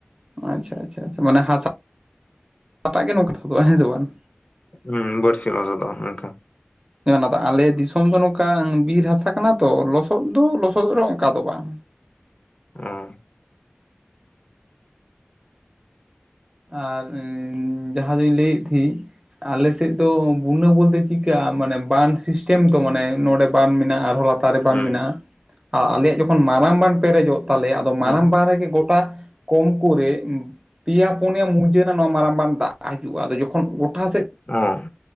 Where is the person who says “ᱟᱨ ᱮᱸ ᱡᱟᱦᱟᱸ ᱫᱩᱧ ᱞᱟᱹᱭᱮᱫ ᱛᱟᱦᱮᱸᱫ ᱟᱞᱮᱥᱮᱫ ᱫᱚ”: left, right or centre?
Right